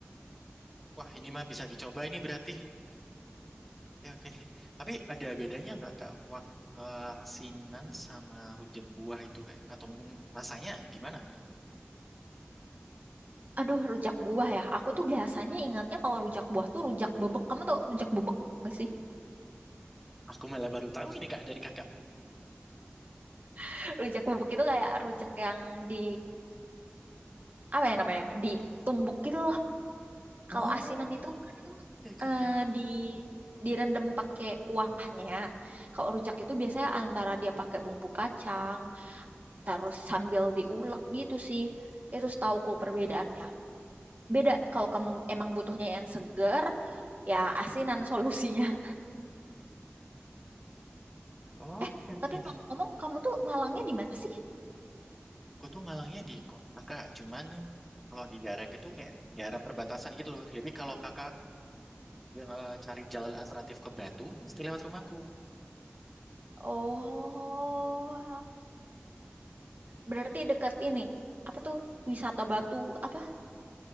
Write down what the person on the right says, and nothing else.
aduh rujak buah ya aku tuh biasanya ingatnya kalau rujak buah tuh rujak bebek kamu tau rujak bebek nggak sih
<laughs> rujak bebek itu kayak rujak yang di apa ya namanya ditumbuk gitu loh
kalau asinan itu kan
eh,
di direndam pakai kuahnya kalau rujak itu biasanya antara dia pakai bumbu kacang terus sambil diulek gitu sih itu setauku perbedaannya Beda kalau kamu emang butuhnya yang seger, ya asinan solusinya. <laughs>
Eh,
tapi
ngomong-ngomong kamu tuh Malangnya di mana sih?
Oh, berarti dekat ini. Apa tuh wisata batu apa